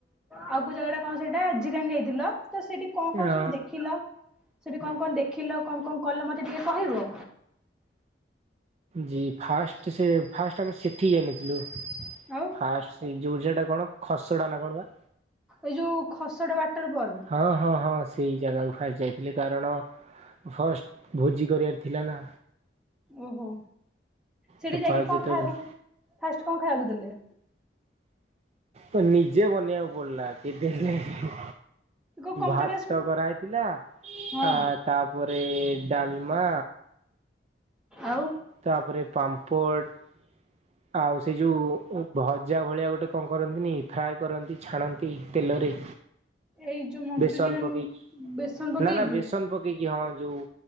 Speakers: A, in the centre; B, on the right.
A: ଆଉ କୋଉ ଜାଗାଟା କଣ ସେଇଟା ଜିରାଙ୍ଗ୍ ଯାଇଥିଲ ତ ସେଇଠି କଣ କଣ
B: ଅ
A: ସବୁ ଦେଖିଲ ସେଠି କଣ କଣ ଦେଖିଲ କଣ କଣ କଲ ମତେ ଟିକେ କହିବ
B: ଜି ଫାଷ୍ଟ ସେ ଫାଷ୍ଟ ଆମେ ସେଠିକି ଯାଇନଥଲୁ
A: ଆଉ
B: ହା ସେ ଯୁଝ ଟା କଣ ଖସ ଟା ନା କଣ ବା
A: ଏଇ ଯୋଉ ଖସଡା ୱାଟର ଫଲ୍
B: ହଁ ହଁ ହଁ ସେଇ ଜାଗାକୁ ଫାଷ୍ଟ ଯାଇଥିଲି କାରଣ ଫାଷ୍ଟ ଭୋଜି କରିବାର ଥିଲା ନା
A: ଓହୋ ସେଠି
B: ତ
A: ଯାଇକି
B: ଫାଷ୍ଟ
A: କଣ
B: ଯେତେବେଳେ
A: ଖାଇବ ଫାଷ୍ଟ କଣ ଖାଇବାକୁ ଦେଲେ
B: ତ ନିଜେ ବନେଇବାକୁ ପଡିଲା କେବେ ହେଲେ
A: କୋଉ କମ୍
B: ଭାତ
A: ପ୍ର
B: ଗରା ହେଇଥିଲା
A: ହଁ
B: ଆ ତାପରେ ଡାଲମା
A: ଆଉ
B: ତାପରେ ପାମ୍ପଟ ଆଉ ସେ ଯେଉଁ ଭଜା ଭଳିଆ ଗୋଟେ କଣ କରନ୍ତିନି ଫ୍ରାଏ କରନ୍ତି ଛାଣନ୍ତି ତେଲରେ
A: ଏଇ ଯୋଉ ମଞ୍ଚୁରିଆନ
B: ବେସନ ପକେଇକି
A: ବେସନ ପକେଇକି
B: ନା ନା ବେସନ ପକେଇକି ହଁ ଯୋଉ